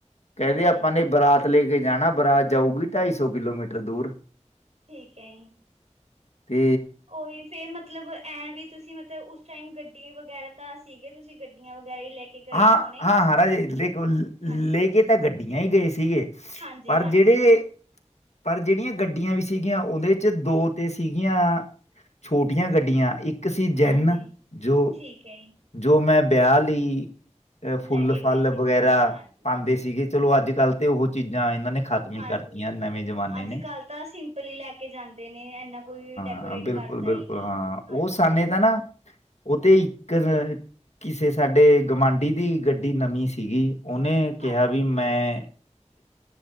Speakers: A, on the left; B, on the right.
A: ਕਹਿੰਦੇ
B: ਹਾਂਜੀ
A: ਆਪਾਂ ਨੇ ਬਰਾਤ ਤੇ ਲੈ ਕੇ ਜਾਣਾ, ਬਰਾਤ ਜਾਊਗੀ ਢਾਈ ਸੌ ਕਿਲੋਮੀਟਰ ਦੂਰ।
B: ਠੀਕ ਏ।
A: ਤੇ
B: ਉਹੀ ਫਿਰ, ਮਤਲਬ ਐਂ ਵੀ ਤੁਸੀ? ਮਤਲਬ ਉਸ ਟਾਈਮ ਗੱਡੀ ਵਗੈਰਾ ਤਾਂ ਸੀਗੇ? ਤੁਸੀਂ ਗੱਡੀਆਂ ਵਗੈਰਾ ਹੀ ਲੈ ਕੇ ਗਏ
A: ਹਾਂ-
B: ਹੋਣੇ।
A: ਹਾਂ- ਹਰਾ ਬਿਲਕੁਲ,
B: ਹਾਂਜੀ,
A: ਲੈ ਕੇ ਤਾਂ ਗੱਡੀਆਂ ਹੀ ਗਏ ਸੀਗੇ।
B: ਹਾਂਜੀ-
A: ਪਰ
B: ਹਾਂਜੀ।
A: ਜਿਹੜੇ ਪਰ ਜਿਹੜੀਆਂ ਗੱਡੀਆਂ ਵੀ ਸੀਗੀਆਂ, ਉਹਦੇ ਚ ਦੋ ਤੇ ਸੀਗੀਆਂ ਛੋਟੀਆਂ ਗੱਡੀਆਂ, ਇੱਕ ਸੀ ਜੈਨ,
B: ਹਾਂਜੀ
A: ਜੋ
B: ਠੀਕ ਹੈ।
A: ਜੋ ਮੈਂ ਵਿਆਹ ਲਈ, ਅਹ ਫੁੱਲ
B: ਲੈ ਕੇ
A: - ਫੱਲ
B: ਗਏ ਸੀਗੇ
A: ਵਗੈਰਾ
B: ਹਾਂਜੀ, ਹਾਂਜੀ,
A: ਪਾਉਂਦੇ ਸੀਗੇ। ਚਲੋ, ਅੱਜ- ਕੱਲ ਤੇ ਉਹ ਚੀਜ਼ਾਂ ਇਹਨਾਂ ਨੇ ਖ਼ਤਮ
B: ਹਾਂਜੀ,
A: ਹੀ ਕਰਤੀਆਂ ਨਵੇਂ ਜ਼ਮਾਨੇ
B: ਅੱਜ
A: ਨੇ
B: - ਕੱਲ ਤਾਂ ਸਿੰਪਲ ਹੀ ਲੈ ਕੇ ਜਾਂਦੇ ਨੇ, ਇੰਨਾ ਕੋਈ ਡੈਕੋਰੇਟ
A: ਹਾਂ, ਬਿਲਕੁਲ-
B: ਕਰਦਾ
A: ਬਿਲਕੁਲ
B: ਹੀ ਨਹੀਂ।
A: ਹਾਂ,
B: ਹਾਂਜੀ,
A: ਉਹ ਸਾਨੇ ਦਾ ਨਾ ਉਹ ਤੇ ਇੱਕ, ਕਿਸੇ ਸਾਡੇ ਗਵਾਂਢੀ ਦੀ ਗੱਡੀ ਨਵੀਂ ਸੀਗੀ। ਉਹਨੇ ਕਿਹਾ,
B: ਹਾਂਜੀ,
A: ਬਈ ਮੈਂ